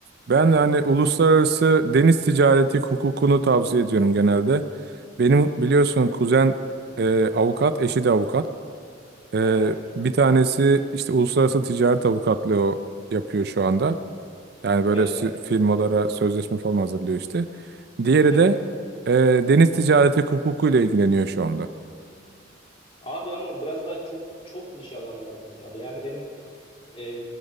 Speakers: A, on the right (about 55°); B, on the left (about 30°).
A: ben yani uluslararası deniz ticareti hukukunu tavsiye ediyorum genelde. Benim biliyorsun kuzen e, avukat, eşi de avukat. Ee,
B: Aha.
A: bir tanesi işte uluslararası ticaret avukatlığı o yapıyor şu anda. Yani böyle
B: Evet
A: sü-
B: abi.
A: firmalara sözleşme falan hazırlıyor işte. Diğeri
B: Aha.
A: de e, deniz ticareti hukukuyla ilgileniyor şu anda.
B: Abi ama biraz daha çok çok niş alanlar bunlar. Yani benim e,